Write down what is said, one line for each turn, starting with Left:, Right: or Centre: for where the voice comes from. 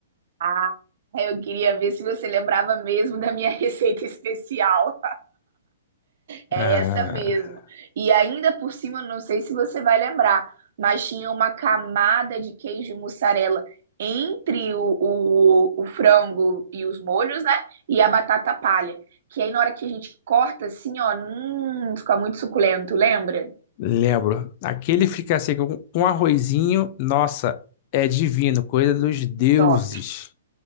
Right: Ah, eu queria ver se você lembrava mesmo da minha <laughs> receita especial. É
Left: Ah,
Right: essa mesmo. E ainda por cima, não sei se você vai lembrar, mas tinha uma camada de queijo e mussarela entre o, o, o frango e os molhos, né? E a batata palha. Que aí na hora que a gente corta assim, ó, hum, fica muito suculento, lembra?
Left: lembro. Aquele fricassê com, com arrozinho, nossa, é divino, coisa dos deuses.
Right: Top.